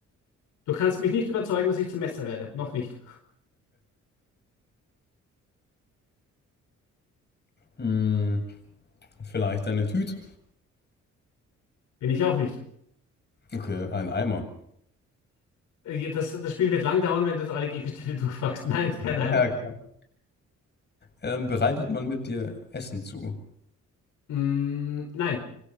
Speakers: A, on the left; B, on the left.
A: Du kannst mich nicht überzeugen, dass ich zum Messer werde. Noch nicht.
B: Hm, vielleicht eine Tüte?
A: Bin ich auch nicht.
B: Okay, ein Eimer.
A: Äh, Das, das Spiel wird lang dauern, wenn du jetzt alle Gegenstände durchfragst. Nein, kein
B: Ja,
A: Heimat.
B: ja, klar. Ähm, bereitet man mit dir Essen zu?
A: Mm, nein.